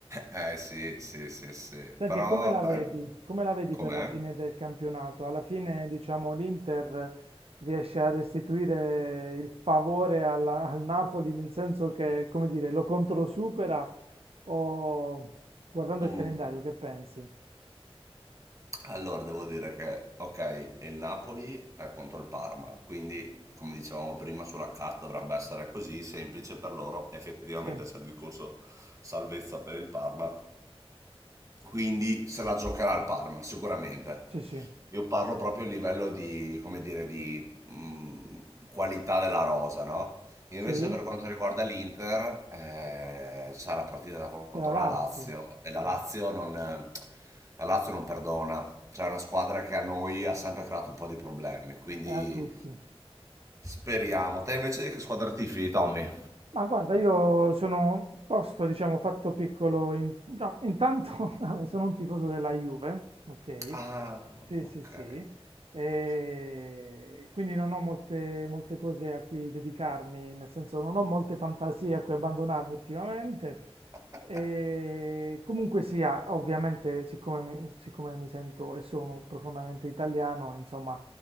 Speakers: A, on the right; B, on the right.
A: Eh sì, sì, sì, sì.
B: Senti,
A: Però,
B: e come la
A: dai,
B: vedi? Come la vedi
A: com'è?
B: per la fine del campionato? Alla fine, diciamo, l'Inter riesce a restituire il favore alla- al Napoli, nel senso che, come dire, lo controsupera o guardando
A: Mm.
B: il calendario, che pensi?
A: Allora, devo dire che, ok, il Napoli è contro il Parma, quindi, come dicevamo prima, sulla carta dovrebbe essere così semplice per loro. Effettivamente
B: Sì,
A: c'è il discorso salvezza per il Parma, quindi se la giocherà il Parma, sicuramente.
B: sì, sì,
A: Io parlo proprio a livello di, come dire, di mh, qualità della rosa, no? Invece
B: sì,
A: per quanto riguarda l'Inter, eh, c'è la partita contro
B: con la Lazio,
A: la Lazio e la
B: eh,
A: Lazio non, la Lazio non perdona, c'è una squadra che a noi ha sempre creato un po' di problemi, quindi
B: è a tutti.
A: speriamo. Te invece di che squadra tifi, Tommy?
B: Ma guarda, io sono posto, diciamo, fatto piccolo. in- no, intanto, <laughs> vabbè, sono un tifoso della Juve, ok?
A: Ah,
B: Sì,
A: ok,
B: sì, sì. E
A: ok.
B: quindi non ho molte, molte cose a cui dedicarmi, nel senso non ho molte fantasie a cui abbandonarmi ultimamente.
A: <laughs>
B: E comunque sia, ovviamente, siccome mi, siccome mi sento e sono profondamente italiano, insomma,